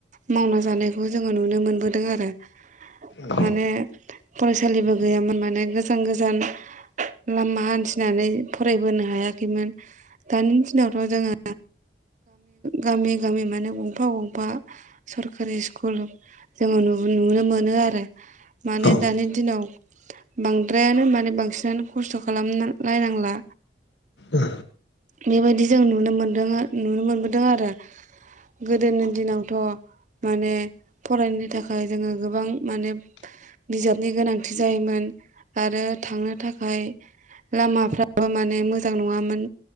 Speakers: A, on the right; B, on the left.
A: मावना जानायखौ जोङो नुनो मोनबोदों आरो
B: औ
A: माने फरायसा सोलिबो गैयामोन माने गोजान गोजान लामा हान्थिनानै फरायबोनो हायै खैमोन दानि दिनावथ जोङो गामि गामि माने गंफा गंफा सर सरखारि स्कुल जोङो नुनो मोनो आरो माने
B: औ
A: दानि दिनाव बांद्रायानो माने बांसिनानो खस्थ खालामलायनांला
B: ओ
A: बेबायदि जों नुनो मोनदों नुनो मोनबोदों आरो गोदोनि दिनावथ माने फरायनो थाखाय जोङो गोबां माने बिजाबनि गोनांथि जायोमोन आरो थांनो थाखाय लामाफ्राबो माने मोजां नङामोन